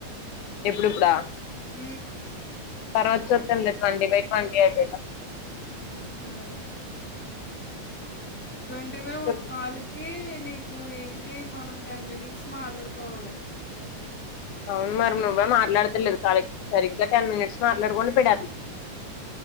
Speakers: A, on the left; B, in the centre.
A: ఎప్పుడు ఇప్పుడా
B: ఊ
A: తరవాత చూద్దాం లే ట్వండి బై ట్వంటీ ఐపోయిందా
B: ఉం సరే ట్వంటీ బై ఒ
A: చెప్పు
B: కాల్ కీ నీకు ఏంటి మనం టెన్ మినిట్స్ మాట్లాడుకోవాలే
A: అవును మరి నువ్వే మాట్లాడతలేదు కాల్ కి సరిగ్గా టెన్ మినిట్స్ మాట్లాడుకొని పెట్ త